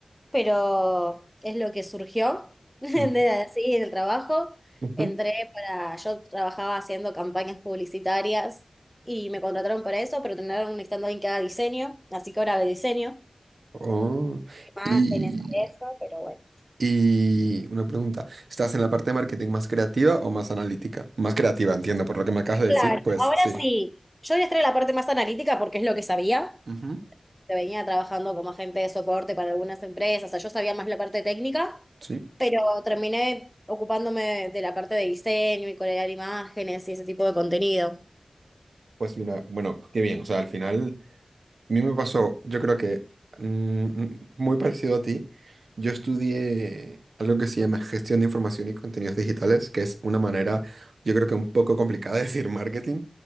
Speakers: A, in the centre; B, on the right.
A: pero es lo que surgió <laughs> de
B: ujú.
A: así el trabajo.
B: ujú.
A: Entré para, yo trabajaba haciendo campañas publicitarias y me contrataron para eso, pero terminaron necesitando a alguien que haga diseño, así que ahora hago diseño.
B: Oh,
A: más
B: y
A: Venezuela, eso, pero bueno.
B: Y una pregunta, ¿estás en la parte de marketing más creativa o más analítica? Más creativa, entiendo, por lo que me acabas de
A: Claro,
B: decir, pues
A: ahora
B: sí.
A: sí, yo voy a estar en la parte más analítica porque es lo que sabía.
B: Ujú.
A: Te Venía trabajando como agente de soporte para algunas empresas, o sea, yo sabía más la parte técnica,
B: Sí.
A: pero terminé ocupándome de la parte de diseño y crear imágenes y ese tipo de contenido.
B: Pues mira, bueno, qué bien, o sea, al final... A mí me pasó, yo creo que mm, mm, muy parecido a ti. Yo estudié algo que se llama gestión de información y contenidos digitales, que es una manera, yo creo que un poco complicada de <laughs> decir marketing